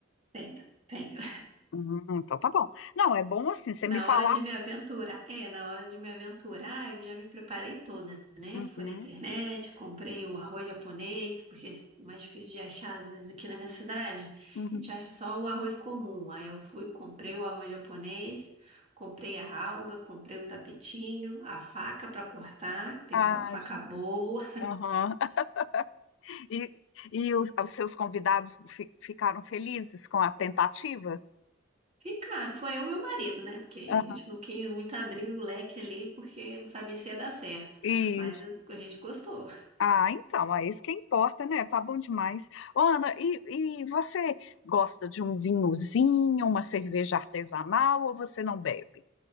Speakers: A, on the right (about 35°); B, on the left (about 65°).
A: Tenho, tenho.
B: Uhum, então tá bom. Não, é bom assim, você
A: Na
B: me falar.
A: hora de me aventurar, é, na hora de me aventurar, eu já me preparei toda, né?
B: Uhum,
A: Eu fui na internet, comprei o arroz japonês, porque é mais difícil de achar, às vezes, aqui na minha cidade.
B: uhum.
A: A gente acha só o arroz comum. Aí eu fui, comprei o arroz japonês, comprei a alga, comprei o tapetinho, a faca pra cortar, que tem
B: Ah,
A: só uma faca
B: gente.
A: boa.
B: Aham. <laughs> E, e os, os seus convidados fi- ficaram felizes com a tentativa?
A: E, cara, foi eu e meu marido, né? Porque a
B: Aham.
A: gente não quis muito abrir o leque ali, porque não sabia se ia dar certo.
B: Isso.
A: Mas a gente gostou.
B: Ah, então, é isso que importa, né? Tá bom demais. Ô, Ana, e, e você gosta de um vinhozinho, uma cerveja artesanal ou você não bebe?